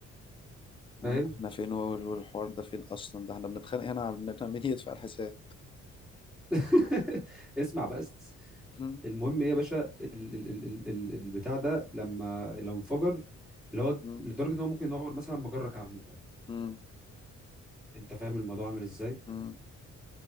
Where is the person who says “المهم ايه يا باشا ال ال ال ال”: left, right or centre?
Centre